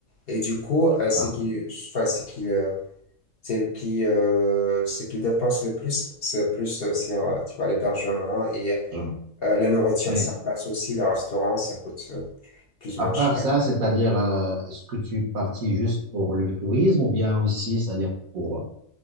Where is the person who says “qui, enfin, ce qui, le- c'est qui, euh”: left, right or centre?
Left